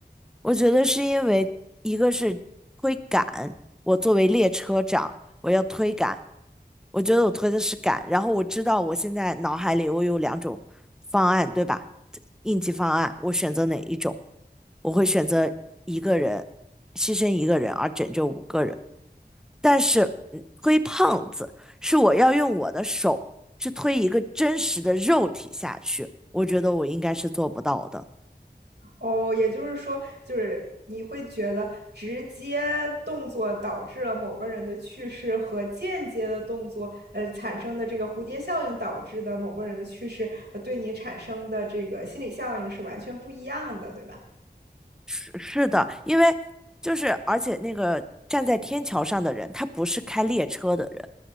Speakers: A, in the centre; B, on the right.
A: 我觉得是因为一个是推赶，我作为列车长，我要推赶，我觉得我推的是赶，然后我知道我现在脑海里我有两种方案，对吧？应急方案，我选择哪一种？我会选择一个人，牺牲一个人而拯救五个人。但是嗯推胖子是我要用我的手去推一个真实的肉体下去，我觉得我应该是做不到的。
B: 哦，也就是说，就是你会觉得直接动作导致了某个人的去世，和间接的动作，呃，产生的这个蝴蝶效应导致的某个人的去世，呃对你产生的这个心理效应是完全不一样的，对吧？
A: 是是的，因为就是而且那个站在天桥上的人，他不是开列车的人，